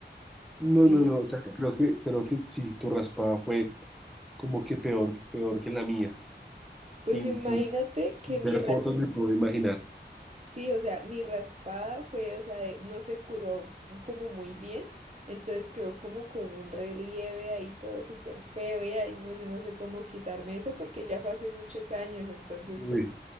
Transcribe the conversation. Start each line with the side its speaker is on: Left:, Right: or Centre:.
Centre: No,
Right: Sí.
Centre: no, no, o sea, creo que, creo que sí, tu raspada fue como que peor, peor que la mía.
Right: Pues
Centre: Sin,
Right: imagínate
Centre: sin
Right: que
Centre: ver
Right: mi ras...
Centre: fotos me puedo imaginar.
Right: Sí, o sea, mi raspada fue, o sea, de- no se curó como muy bien. Entonces quedó como con un relieve ahí todo súper feo y ahí no, yo no sé cómo quitarme eso porque ya fue hace muchos años. Entonces,
Centre: Uy,
Right: pues